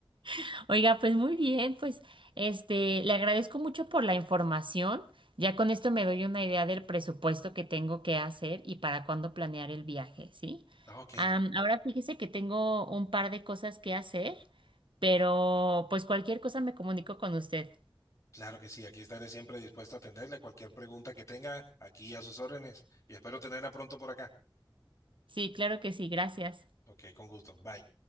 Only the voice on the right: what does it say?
<laughs> Oiga, pues muy bien, pues este, le agradezco mucho por la información. Ya con esto me doy una idea del presupuesto que tengo que hacer y para cuándo planear el viaje, ¿sí?
Am, ahora fíjese que tengo un par de cosas que hacer, pero pues cualquier cosa me comunico con usted.
Sí, claro que sí, gracias.